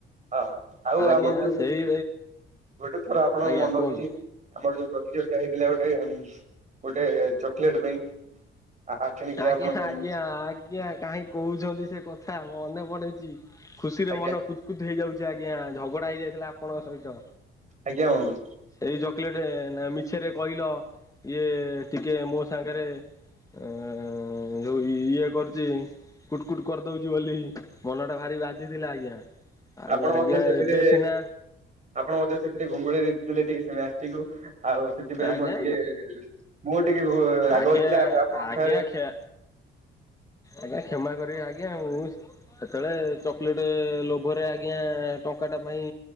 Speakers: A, on the right (about 35°); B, on the left (about 15°).
A: ହଁ ଆଉ
B: ଆଜ୍ଞା
A: ଆମର ଯୋଉ
B: ସେଇ
A: ଗୋଟେ ଥର ଆପଣଙ୍କ
B: ଆଜ୍ଞା
A: ମନେ
B: କୁହନ୍ତୁ।
A: ଅଛି ଆମର ଯୋଉ ପ୍ରତିଯୋଗିତା ହୋଇଥିଲା ଗୋଟେ-ଗୋଟେ ଚକଲେଟ୍ ପାଇଁ ଆ ଆଠେଣିକିଆ
B: ଆଜ୍ଞା
A: ଆପଣ <unintelligible>
B: ଆଜ୍ଞା ଆଜ୍ଞା କାହିଁ କହୁଚନ୍ତି ସେ କଥା ମନେ ପଡ଼ୁଚି। ଖୁସି ରେ
A: ଆଜ୍ଞା
B: ମନ କୁତ୍-କୁତ୍ ହେଇଯାଉଚି ଆଜ୍ଞା ଝଗଡା ହେଇଯାଇଥିଲା ଆପଣଙ୍କ ସହିତ।
A: ଆଜ୍ଞା ବନ୍ଧୁ।
B: ସେଇ ଚକଲେଟ୍ ନା ମିଛରେ କହିଲ ଇଏ ଟିକେ ମୋ ସାଙ୍ଗରେ ଏ ଯୋଉ ଇଏ କରୁଛି କୁଟ୍-କୁଟ୍ କରିଦଉଚି ବୋଲି ମନଟା ଭାରି ବା ଥିଲା ଆଜ୍ଞା ଆଉ
A: ଆପଣ
B: ଆଜ୍ଞା
A: ମଧ୍ୟ ସେଥିରେ
B: ଏବେ ସିନା
A: ଆପଣ ମଧ୍ୟ ସେଥିରେ ଘୁଙ୍ଗୁଳେଇ ଦେଇଥିଲେ ଟିକେ ସେ ମ୍ୟାଚ୍ ଟିକୁ। ଆଉ ସେଥିପାଇଁ
B: ଆଜ୍ଞା
A: ମୋର ଟିକେ ମୁଁ ଟିକେ ରାଗ
B: ଆଜ୍ଞା
A: ହେଇଥିଲା ଆଉ ଆପଣଙ୍କ
B: ଆଜ୍ଞା
A: ସାଙ୍ଗରେ ହ
B: କ୍ଷା ଆଜ୍ଞା କ୍ଷମା କରିବି ଆଜ୍ଞା ମୁଁ ସେତେବେଳେ ଚକୋଲେଟ୍ ଲୋଭରେ ଆଜ୍ଞା ଟଙ୍କାଟା ପାଇଁ